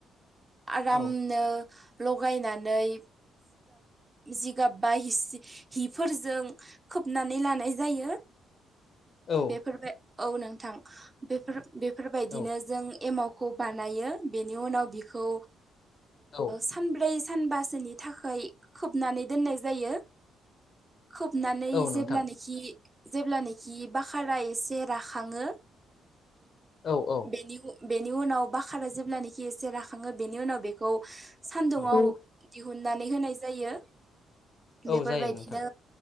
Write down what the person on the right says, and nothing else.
आरामनो
लगायनानै जिगाब बा हिफोरजों खोब नानै लानाय जायो
बेफोर बाय औ नोंथां बेफोर बेफोरबायदिनो
जों एमावखौ बानायो बेनि उनाव बिखौ
सानब्रै सानबासोनि थाखाय खोबनानै दोननाय जायो। खोबनानै
जेब्लानाखि
जेब्लानाखि बकारा एसे राखङो
बेनि उनाव बकारा जेब्लानाखि एसे राख हखाङो बेनि उनाव बेखौ सान्दुाव
दिहुननानै होनाय जायो। बेफोरबायदिनो